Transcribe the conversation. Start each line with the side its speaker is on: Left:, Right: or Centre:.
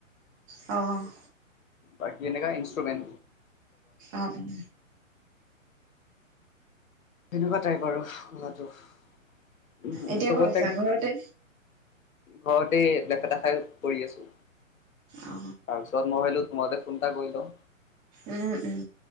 Right: অ',
Left: বাকি এনেুৱা ইন্ষ্ট্ৰুমেট।
Right: অ ', অ ',
Left: সেনেকুৱা টাইপ আৰু শোৱাটো উম,
Right: এতিয়া
Left: চবতে
Right: ক'ত আছা ঘৰতে
Left: ঘৰতে লেপেটা খাই কৰি আছো।
Right: অ
Left: তাৰপিছত মই ভলো তোমতে ফোন এটা কৰি লও।
Right: উম-উম।